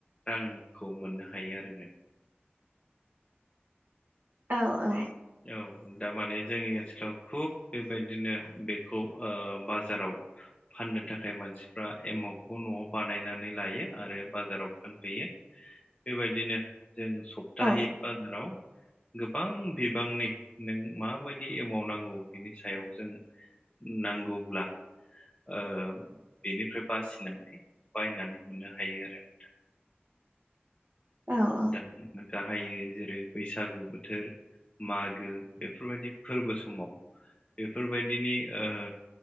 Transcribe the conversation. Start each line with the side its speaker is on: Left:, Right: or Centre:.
Left: रांखौ मोननो हायो आरो नों
Right: औ औ
Left: औ दामाने जोंनि ओनसोलाव खुब बेबायदिनो बेखौ ओ बाजाराव फाननो थाखाय मानसिफ्रा एमाउखौ न'आव बानायनानै लायो आरो बाजाराव फानफैयो बेबायदिनो जों सप्ताहि
Right: औ
Left: बाजाराव गोबां बि बांनि नों माबायदि एमाव नांगौ बिनि सायाव जों नांगौब्ला ओ बेनिफ्राय बासिनानै बायनानै मोननो हायो आरो नोंथां
Right: औ औ
Left: दा जों गाहायो जेरै बैसागु बोथोर मागो बेफोरबायदि फोरबो समाव बेफोरबायदिनि ओ